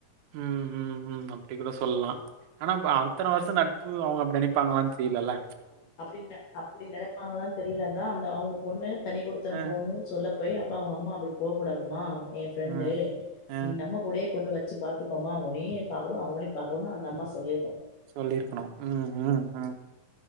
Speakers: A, on the right; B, on the left.
A: ம் உம் ம் அப்டி கூட சொல்லலா ஆனா அத்தன வருஷ நட்பு அவங்க அப்டி நெனைப்பாங்களான்னு தெரிலல்ல
B: அப்டி ந அப்டி நனைப்பாங்களான்னு தெரியல தா அந்த அவங்க பொண்ணு தனி குடுத்தனம்
A: அ,
B: போணுன் சொல்ல போய் அப்ப அவங்க அம்மா அப்டி போ கூடாதுமா ஏ ஃப்ரெண்டு
A: அ, அ
B: நம்ம கூடே கொண்டு வச்சி பாத்துக்கோமா ஒன்னியு பாக்கனு அவளையு பாக்கனு அந்த அம்மா சொல்லி
A: சொல்லிருக்கணு உம் உம் உம்